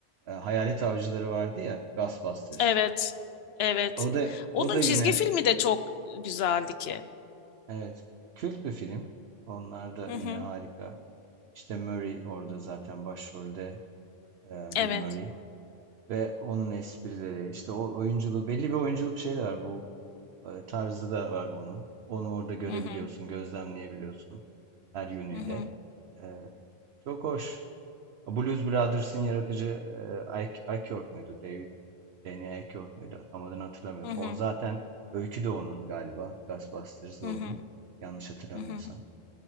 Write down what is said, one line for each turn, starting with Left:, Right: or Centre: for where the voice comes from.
Right: e, Hayalet Avcıları vardı ya, Ghostbusters.
Left: Evet. Evet.
Right: O da
Left: Onun
Right: o da yine
Left: çizgi filmi de çok güzeldi ki.
Right: Evet. Kült bir film. Onlar da
Left: Hı
Right: yine
Left: hı.
Right: harika. İşte Murray orada zaten başrolde e,
Left: Evet.
Right: Bill Murray ve onun esprileri işte o oyunculuğu belli bir oyunculuk şeyi de var bu e, tarzı da var onun. Onu orada görebiliyorsun,
Left: Hı hı.
Right: gözlemleyebiliyorsun her yönüyle.
Left: Hı hı.
Right: E, çok hoş. Blues Brothers'ın yaratıcı e, Ike, Ike York muydu? David Danny Ike York muydu? Tam adını hatırlamıyorum.
Left: Hı hı,
Right: O zaten öykü de onun galiba. Ghostbusters da
Left: hı hı,
Right: onun. Yanlış hatırlamıyorsam.
Left: hı hı,